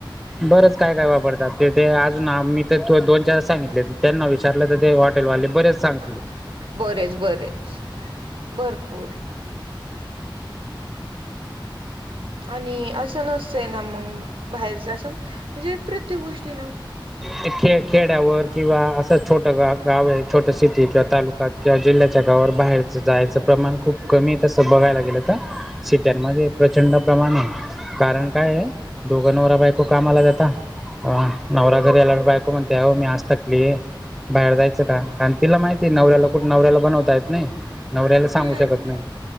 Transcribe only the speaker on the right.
बरेच- बरेच, भरपूर आणि असं नसतंय ना, मंग बाहेरच असं म्हणजे प्रत्येक गोष्टी ना
हम्म